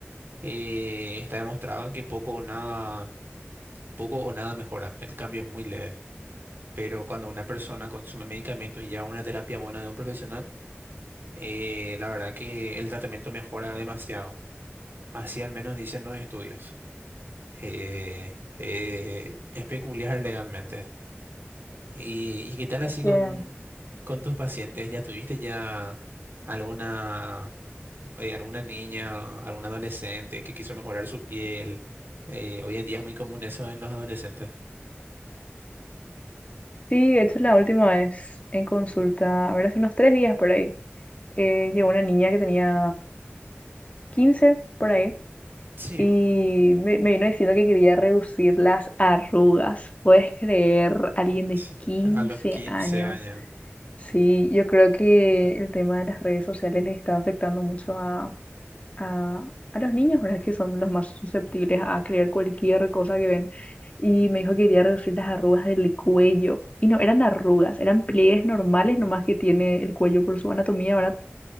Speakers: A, on the right (about 50°); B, on the left (about 30°).
A: eh, está demostrado que poco o nada, poco o nada mejora. El cambio es muy leve. Pero cuando una persona consume medicamentos y lleva una terapia buena de un profesional, eh, la verdad que el tratamiento mejora demasiado. Así al menos dicen los estudios. Eh, eh, es peculiar legalmente. ¿Y, y qué tal así
B: Es que
A: con, con tus pacientes? ¿Ya tuviste ya alguna, eh, alguna niña, algún adolescente que quiso mejorar su piel? Eh, hoy en día es muy común eso en los adolescentes.
B: sí, de hecho la última vez en consulta, a ver, hace unos tres días por ahí. eh, llegó una niña que tenía 15 por ahí
A: Sí,
B: y me, me vino diciendo que quería reducir las arrugas. ¿Puedes creer? Alguien de
A: sí,
B: 15
A: a los 15
B: años.
A: años.
B: Sí, yo creo que el tema de las redes sociales les está afectando mucho a, a, a los niños, ¿verdad? Que son los más susceptibles a creer cualquier cosa que ven. Y me dijo que quería reducir las arrugas del cuello. Y no eran arrugas, eran pliegues normales, nomás que tiene el cuello por su anatomía, ¿verdad?